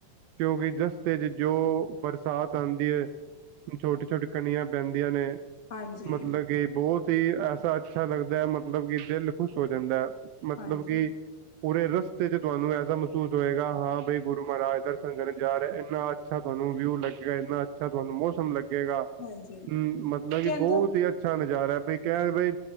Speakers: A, on the right; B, on the left.
A: ਕਿਉਂਕਿ ਰਸਤੇ ਚ ਜੋ ਬਰਸਾਤ ਆਉਂਦੀ ਏ, ਛੋਟੀ-ਛੋਟੀ ਕਣੀਆਂ ਪੈਂਦੀਆਂ ਨੇ,
B: ਹਾਂਜੀ
A: ਮਤਲਗ ਕੇ ਬਹੋਤ ਹੀ ਐਸਾ ਅੱਛਾ ਲੱਗਦਾ ਹੈ, ਮਤਲਬ ਕਿ ਦਿਲ ਖੁਸ਼ ਹੋ ਜਾਂਦਾ। ਮਤਲਬ
B: ਹਾਂਜੀ
A: ਕਿ ਪੂਰੇ ਰਸਤੇ ਚ ਤੁਆਨੂੰ ਐਸਾ ਮਹਿਸੂਸ ਹੋਏਗਾ, ਹਾਂ ਬਈ ਗੁਰੂ ਮਹਾਰਾਜ ਦਰ ਸ਼ਨ ਕਰਨ ਜਾ ਰੇਆ, ਏਨਾ ਅਜ ਅੱਛਾ ਤੁਆਨੂੰ ਵਿਊ ਲੱਗੇਗਾ, ਇੰਨਾ ਅੱਛਾ ਤੁਆਨੂੰ ਮੌਸਮ ਲੱਗੇਗਾ,
B: ਹਾਂਜੀ
A: ਹੂੰ ਮਤਲਬ
B: ਕਹਿੰਦਾ
A: ਕਿ ਬਹੋਤ ਹੀ ਅੱਛਾ ਨਜ਼ਾਰਾ ਏ, ਬੀ ਕਹਿ ਬਈ,